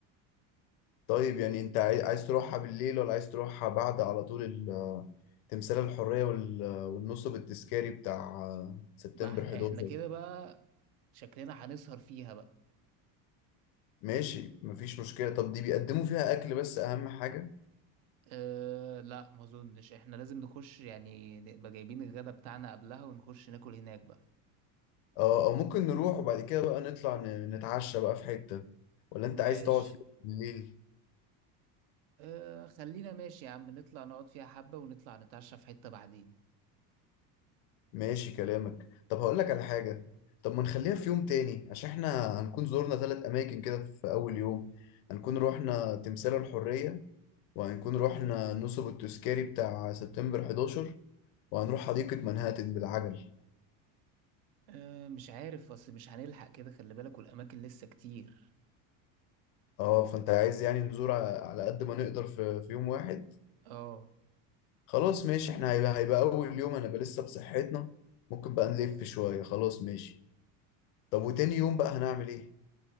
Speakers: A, on the left (about 80°); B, on the right (about 65°).
A: طيب يعني انت عاي- عايز تروحها بالليل ولا عايز تروحها بعد على طول ال- تمثال الحرية وال- والنصب التذكاري بتاع سبتمبر
B: ما
A: 11
B: إح- احنا كده بقى شكلنا هنسهر فيها بقى
A: ماشي مفيش مشكلة طب دي بيقدموا فيها أكل بس أهم حاجة
B: أه لا ما اظنش احنا لازم نخش يعني نبقى جايبين الغدا بتاعنا قبلها ونخش ناكل هناك بقى
A: اه أو ممكن نروح وبعد كده بقى نطلع ن- نتعشى بقى في حتة ولا انت
B: ماشي
A: عايز تقعد في بالليل
B: أه خلينا ماشي يا عم نطلع نقعد فيها حبة ونطلع نتعشى في حتة بعدين
A: ماشي كلامك طب هقول لك على حاجة طب ما نخليها في يوم تاني عشان احنا هنكون زورنا ثلاث أماكن كده في أول يوم هنكون روحنا تمثال الحرية وهنكون رحنا نصب التذكاري بتاع سبتمبر 11 وهنروح حديقة منهاتن بالعجل
B: أه مش عارف اصل مش هنلحق كده خلي بالك والاماكن لسه كتير
A: اه فانت عايز يعني نزور ع- على قد ما نقدر في, في يوم واحد
B: اه
A: خلاص ماشي احنا هيبقى, هيبقى اول يوم هنبقى لسه بصحتنا ممكن بقى نلف شوية خلاص ماشي طب وتاني يوم بقى هنعمل ايه